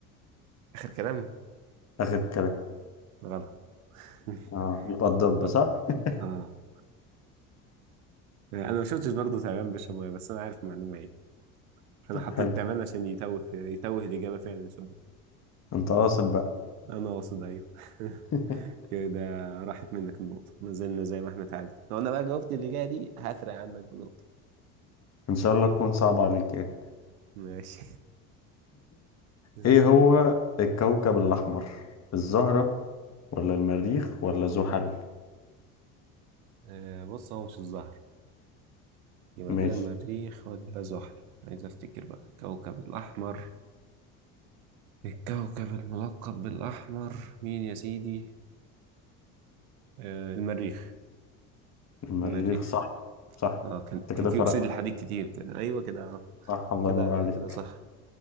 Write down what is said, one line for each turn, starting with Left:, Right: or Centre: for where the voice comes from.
Right: آخر كلام
Left: آخر كلام
Right: غلط <laughs>
Left: اه يبقى الضب
Right: الضب
Left: صح <laughs>
Right: آه أنا ما شفتش برضه تعبان بيشرب مية بس أنا عارف المعلومة إيه فأنا
Left: طب
Right: حطيت
Left: حلو
Right: تعبان عشان يتوه يتوه الإجابة فعلا شوية
Left: انت قاصد بقى
Right: انا واصل ايوه <laughs>
Left: <laughs>
Right: كده راحت منك النقطة ما زلنا زي ما احنا تعادل لو انا بقى جاوبت اللي جاية دي هفرق عنك بنقطة
Left: ان شاء الله تكون صعب عليك يعني
Right: ماشي <laughs>
Left: ايه هو الكوكب الاحمر الزهرة ولا المريخ ولا زحل
Right: آه، بص هو مش الزهر يبقى
Left: ماشي
Right: كده المريخ ولا زحل عايز افتكر بقى الكوكب الاحمر الكوكب الملقب بالاحمر مين يا سيدي آه، المريخ
Left: المريخ
Right: المريخ
Left: صح صح
Right: اه كان
Left: انت
Right: كان
Left: كده
Right: فيه
Left: فرقت
Right: اكسيد الحديد كتير كده ايوه كده آه.
Left: صح الله
Right: كده
Left: ينور عليك
Right: كده صح